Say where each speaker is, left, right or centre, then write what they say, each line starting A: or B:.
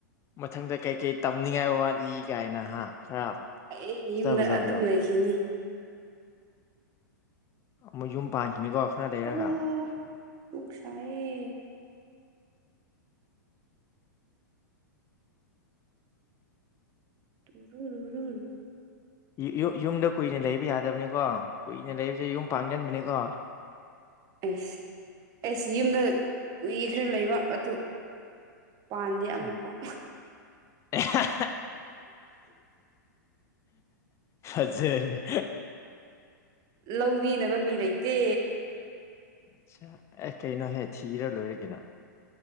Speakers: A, on the left (about 25°); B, on the right (about 40°).
A: ꯃꯊꯪꯗ ꯀꯩ ꯀꯩ ꯇꯝꯅꯤꯡꯉꯥꯏ ꯋꯥꯠꯂꯤ ꯀꯥꯏꯅ ꯍꯥ ꯈꯔ
B: ꯑꯩ
A: ꯐꯖ
B: ꯌꯨꯝꯗ
A: ꯐꯖꯕꯗꯣ
B: ꯑꯗꯨꯝ ꯂꯩꯈꯤꯅꯤ
A: ꯃꯣꯏ ꯌꯨꯝ ꯄꯥꯟꯈꯤꯅꯤꯀꯣ ꯈꯔ ꯂꯩꯔꯒ
B: ꯑꯣ ꯄꯨꯛ ꯁꯥꯏꯌꯦ ꯇꯨ ꯔꯨ ꯔꯨ ꯔꯨ ꯔꯨ
A: ꯌꯨ ꯌꯨ ꯌꯨꯝꯗ ꯀꯨꯏꯅ ꯂꯩꯕ ꯌꯥꯗꯕꯅꯤꯀꯣ ꯀꯨꯏꯅ ꯂꯩꯕꯁꯦ ꯌꯨꯝ ꯄꯥꯟꯒꯟꯕꯅꯦꯀꯣ
B: ꯑꯦꯁ ꯑꯦꯁ ꯌꯨꯝꯗ ꯀꯨꯏ ꯈꯔ ꯂꯩꯕ ꯑꯗꯨ ꯄꯥꯟꯗꯦ ꯑꯃꯐꯥꯎ
A: ꯎꯝ ꯑ ꯑ ꯁꯔꯤ
B: ꯂꯧꯕꯤꯅꯕ ꯃꯤ ꯂꯩꯇꯦ
A: ꯑꯠꯆꯥ ꯑꯦ ꯀꯩꯅꯣꯍꯦ ꯊꯤꯔ ꯂꯣꯏꯔꯦ ꯀꯩꯅꯣ